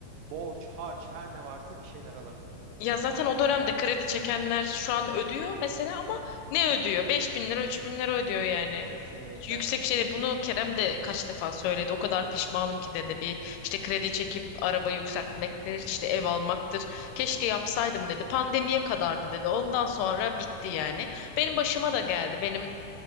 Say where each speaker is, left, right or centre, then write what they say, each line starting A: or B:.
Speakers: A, on the right; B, on the left.
A: borç, harç her ne varsa bir şeyler alırdım.
B: Ya zaten o dönemde kredi çekenler şu an ödüyor mesela ama ne ödüyor? 5000 lira 3000 lira ödüyor yani.
A: Kesinlikle.
B: Yüksek bir şey değil. Bunu Kerem de kaç defa söyledi. O kadar pişmanım ki dedi. Bir işte kredi çekip araba yükseltmektir, işte ev almaktır. Keşke yapsaydım dedi. Pandemiye kadardı dedi. Ondan sonra bitti yani. Benim başıma da geldi. Benim